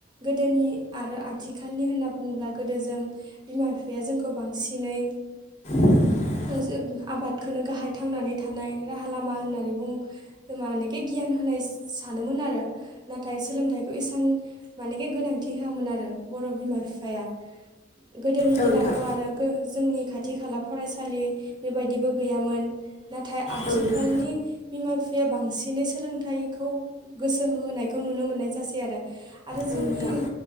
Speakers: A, on the right (about 25°); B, on the left (about 40°).
A: गोदोनि आरो आथिखालनि होनना बुङोब्ला गोदो जों बिमा बिफाया जोंखौ बांसिनै
B: <inaudible>
A: जों आबादखौनो गाहाय थांनानै थानाय राहा लामा होननानैबो खोमानिखि गियान होननाय सानोमोन आरो नाथाय सोलोंथाइखौ एसेबां माने बे गोनांथि हाआमोन आरो बर' बिमा बिफाया। गोदोनि
B: औ
A: दिनावथ'
B: नोंथां
A: आरो जोंनि खाथि खाला फरायसालि बेबायदिबो गैयामोन। नाथाय आथिखालनि
B: औ नोंथां
A: बिमा बिफाया बांसिनै सोलोंथाइखौ गोसो होहोनायखौ नुनो मोननाय जासै आरो। आरो
B: औ
A: जोंनि
B: नोंथां।